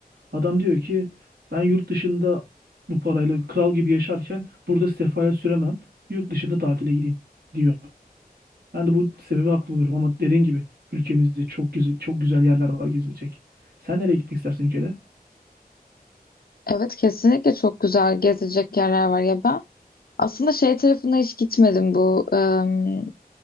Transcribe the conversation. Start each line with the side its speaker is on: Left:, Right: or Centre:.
Right: Adam diyor ki ben yurt dışında bu parayla kral gibi yaşarken burada sefalet süremem. Yurt dışında tatile gideyim diyor. Ben de bu sebebi haklı buluyorum ama dediğin gibi ülkemizde çok güzel, çok güzel yerler var gezilecek. Sen nereye gitmek istersin ülkede?
Left: Evet kesinlikle çok güzel gezecek yerler var ya ben. Aslında şey tarafına hiç gitmedim bu em,